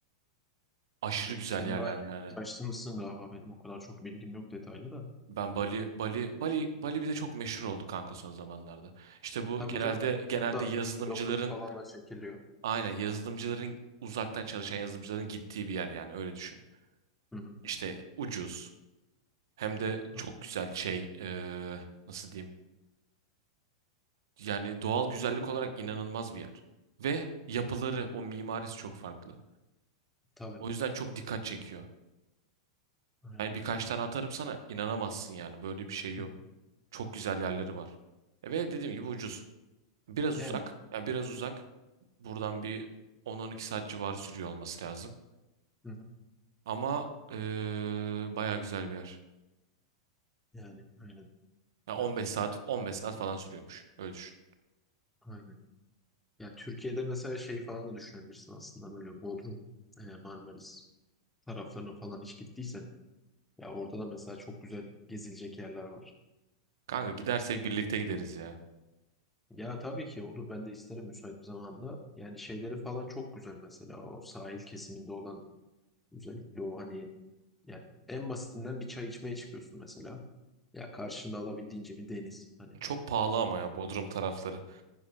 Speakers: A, on the right; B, in the centre.
A: Aşırı
B: Aynen.
A: güzel
B: Sen
A: yerler
B: bayağı
A: yani.
B: araştırmışsın galiba benim o kadar çok bilgim yok detaylı da.
A: Ben Bali Bali Bali Bali bir de çok meşhur oldu kanka son zamanlarda. İşte bu
B: Tabii
A: genelde
B: canım.
A: genelde
B: Tıpta
A: yazılımcıların
B: bloglar falan da çekiliyor.
A: aynen yazılımcıların uzaktan çalışan yazılımcıların gittiği bir yer yani öyle düşün.
B: Hı hı.
A: İşte ucuz hem de
B: Ha,
A: çok güzel şey eee, nasıl diyeyim? Yani doğal güzellik olarak inanılmaz bir yer. Ve yapıları o mimarisi çok farklı.
B: Tabii.
A: O yüzden çok dikkat çekiyor.
B: Aynen.
A: Yani birkaç tane atarım sana inanamazsın yani böyle bir şey yok.
B: Hı.
A: Çok güzel yerleri var. E Ve dediğim gibi ucuz. Biraz
B: Yani.
A: uzak. Yani biraz uzak. Buradan bir on-on iki saat civarı sürüyor olması lazım.
B: Hı hı.
A: Ama eee baya güzel bir yer.
B: Yani. Aynen.
A: Ya 15
B: Ben de güzel.
A: saat 15 saat falan sürüyormuş. Öyle düşün.
B: Aynen. Ya Türkiye'de mesela şey falan da düşünebilirsin aslında böyle Bodrum, e, Marmaris taraflarına falan hiç gittiysen Ya orada da mesela çok güzel gezilecek yerler var.
A: Kanka gidersek birlikte gideriz ya.
B: Ya tabii ki olur. Ben de isterim müsait bir zamanda. Yani şeyleri falan çok güzel mesela. O sahil kesiminde olan özellikle o hani yani en basitinden bir çay içmeye çıkıyorsun mesela. Ya karşında alabildiğince bir deniz. Hani
A: Çok pahalı ama ya Bodrum tarafları.